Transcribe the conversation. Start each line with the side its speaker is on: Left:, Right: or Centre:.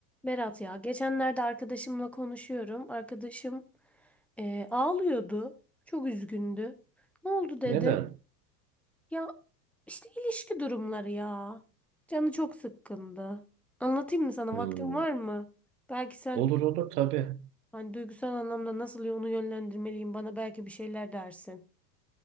Centre: Berat ya geçenlerde arkadaşımla konuşuyorum. Arkadaşım eee, ağlıyordu. Çok üzgündü. Ne oldu dedim.
Right: Neden?
Centre: Ya işte ilişki durumları ya. Canı çok sıkkındı. Anlatayım mı sana?
Right: Hmm.
Centre: Vaktin var mı? Belki sen
Right: Olur olur tabii.
Centre: hani duygusal anlamda nasıl onu yönlendirmeliyim bana belki bir şeyler dersin.